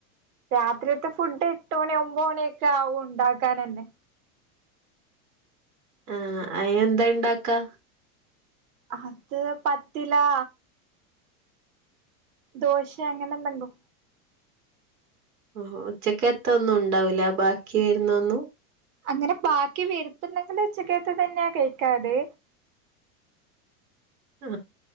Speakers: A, on the right (about 65°); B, on the right (about 85°).
A: രാത്രിത്തെ ഫുഡ് എട്ട് മണി ഒമ്പത് മണിയൊക്കെ ആവും ണ്ടാക്കാനെന്നെ
B: ആ അയ്നെന്താ ഇണ്ടാക്കാ
A: അത് പത്തിലാ ദോശ അങ്ങനെന്തങ്ങു
B: ഓഹോ ഉച്ചക്കെത്ത ഒന്നും ണ്ടാവൂല ബാക്കി വര്ന്നൊന്നും
A: അങ്ങനെ ബാക്കി വരുത്തണ്ടെങ്കിൽ ഉച്ചക്കെത്ത് തന്നെയാ കഴിക്കാറ്
B: ആ